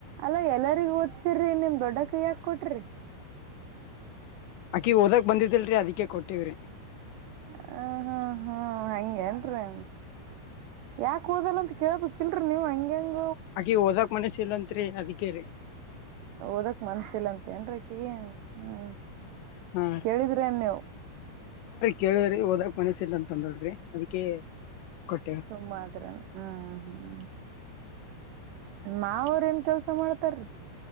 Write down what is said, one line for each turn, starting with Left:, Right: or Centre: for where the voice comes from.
Right: ಅಲ್ಲಾ ಎಲ್ಲರಿಗ ಓದ್ಸಿರ್ರಿ ನಿಮ್ ದೊಡ್ಡ ಕೈ್ಯಾಾಕ್ ಕೊಟ್ರಿ.
Left: ಅಕಿ ಹಓದಾಗಕ್ ಬಂದಿದಿಲ್ರರಿ ಅದಕ್ಕೆ ಕೊಟ್ಟ. ವರ.
Right: ಹ ಹಾ ಹಾ ಹಂಗೇನ್ರೀ ಯಾಕ. ಹ ಕೂದಲ್ಲ ಅಂತ ಕೇಳ್ಬೇಕಕ್ಿಲ್ರರಿ ನೀವು್ ಹಂಗೆಂಗ.
Left: ಅಕಿ ಹಓದಕ್ ಮನಸ ಇಲ್ಲಂತ ಅತ್ತರೆ ಅಧಿಕ್ಯ ರ
Right: ಓದಕ್ ಮನ್ಸಿಲ್ಲಂತ ಏನ್ರಕಗ ಹ್ಮ್
Left: ಹಾ
Right: ಕೇಳಿದ್ರೆನ್ ನೀವು
Left: ಕೇಳಿದ್ರಿ ಓದಕ್ ಮನಸ್ಸ ಇಿಲ್ಲ ಅಂತ ಅಂದಲ್ಿ ಅದಕ್ಕೆ ಕೊಟ್ಟೇವ್ರಿ
Right: ತುಂಬ ಅ್ರಲ್ಲ ಹ್ಮ್ ಹ್ಮ್ ಮಾವ್ರೇನ್ ಕೆಲ್ಸ ಮಾಡ್ತಾರೀ